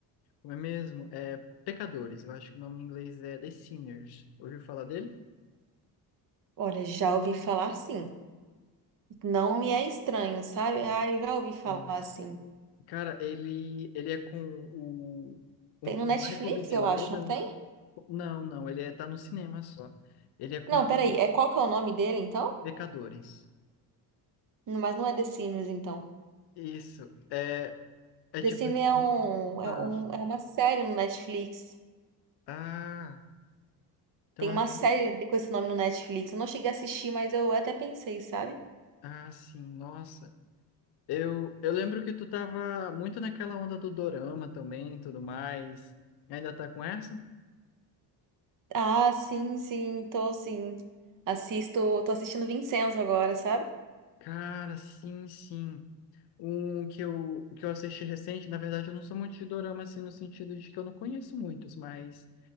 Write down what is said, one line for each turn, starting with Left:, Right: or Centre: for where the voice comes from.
Left: Como é mesmo? É Pecadores. Eu acho que o nome em inglês é The Sinners. Ouviu falar dele?
Right: Olha, já ouvi falar assim. Não me é estranho, sabe? Ah, eu já ouvi falar
Left: Nossa.
Right: assim.
Left: Cara, ele, ele é com o, um-
Right: Tem
Left: o
Right: no Netflix,
Left: Michael B. Jordan.
Right: eu acho, não tem?
Left: Não, não, ele é, tá no cinema só. Ele é com
Right: Não,
Left: o Michael
Right: peraí. É qual que é o nome dele, então?
Left: Pecadores.
Right: Não, Mas não é The Sims, então.
Left: Isso. É, é
Right: The
Left: tipo
Right: Sims
Left: assim.
Right: é um, é
Left: Ah,
Right: um, é uma série no Netflix.
Left: ah, então
Right: Tem
Left: acho
Right: uma série
Left: que.
Right: de- com esse nome no Netflix. Eu não cheguei a assistir, mas eu até pensei, sabe?
Left: Ah, sim, nossa. Eu, eu lembro que tu tava muito naquela onda do dorama também e tudo mais. Ainda tá com essa?
Right: Ah, sim, sim, tô sim. Assisto, tô assistindo Vincenzo agora, sabe?
Left: Cara, sim, sim. Um que eu, que eu assisti recente, na verdade, eu não sou muito de dorama, assim, no sentido de que eu não conheço muitos, mas